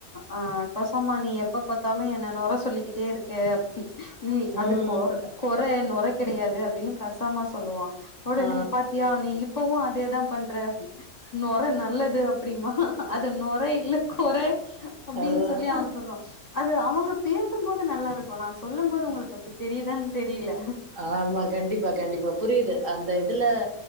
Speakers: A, on the left; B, on the right.
A: ஆ கசாமா நீ எப்ப பாத்தாலு என்ன நொற சொல்லிக்கிட்டே இருக்கு அப்ட நீ அது
B: ம்,
A: கொ கொற நொற கிடையாது அப்படின்னு கசாம சொல்லுவா உடனே
B: ஆ,
A: பாத்தியா நீ இப்பவு அதேதா பண்ற அப்டினு நொற நல்லது அப்டிம்பா அது நொற இல்ல கொற அப்டின்
B: அதுதான்.
A: சொல்லி அவ சொல்லுவா அது அவங்க பே சும்போது நல்லா இருக்கு நா சொல்லும் போது உங்களுக்கு அப்டி தெரியுதானு தெரியல
B: ஆமா கண்டிப்பா கண்டிப்பா புரியுது அந்த இதுல